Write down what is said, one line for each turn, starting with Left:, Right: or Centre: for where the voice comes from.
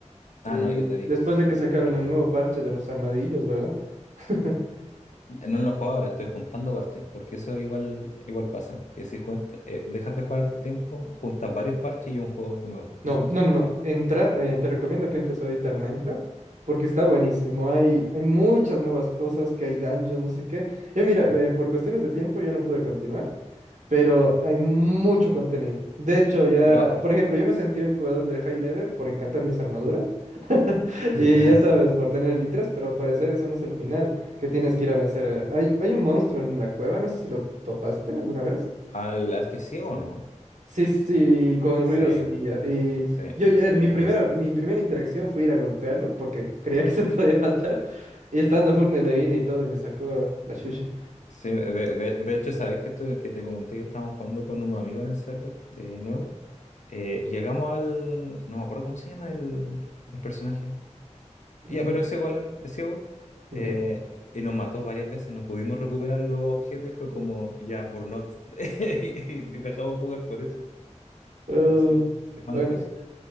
Left: Ah,
Right: Eh,
Left: no, yo te digo,
Right: después
Left: hace
Right: de que sacaron
Left: varios
Right: el
Left: años.
Right: nuevo parche de los armadillos, ¿verdad? <laughs>
Left: No lo juego ahora, estoy juntando parches, porque eso igual, igual pasa, que si juen- eh, dejas de jugar harto tiempo, juntas varios parches y un juego nuevo.
Right: No, no, no, no. Entra, eh, te recomiendo que entres ahorita al Minecraft porque está buenísimo. Hay, hay muchas nuevas cosas, que hay dungeons, no sé qué. Yo mira, eh, por cuestiones de tiempo yo no pude continuar, pero hay mucho contenido. De hecho, ya,
Left: Pero
Right: por ejemplo, yo me sentí un jugador de high level por encantar mis armaduras. <laughs>
Left: <laughs>
Right: Y ya sabes, por tener elitras, pero al parecer eso no es el final, que tienes que ir a vencer. eh, Hay, hay un monstruo en la cueva, no sé si lo topaste alguna vez.
Left: al, al que ciego, ¿no?
Right: Sí, sí, con
Left: Sí,
Right: ruido seguía. Y
Left: sí,
Right: yo,
Left: me
Right: ya-
Left: salió
Right: mi
Left: una
Right: primera,
Left: vez.
Right: mi primera interacción fue ir a golpearlo porque creía que <laughs> se podía matar. Y estando full Netherina y todo, y me sacó la chucha.
Left: Sí, de, de- de hecho, sabes que, estoy- que te comenté que estábamos jugando con unos amigos en el server de nuevo. Eh, llegamos al. No me acuerdo cómo se llama el, el personaje. Ya,
Right: Mm,
Left: pero ese golem es ciego.
Right: ya.
Left: eh, y nos mató varias veces. No pudimos recuperar los objetos y fue como ya, burnout. <laughs> Y dejamos jugar por eso.
Right: Uh,
Left: Así de, de mancos.
Right: bueno.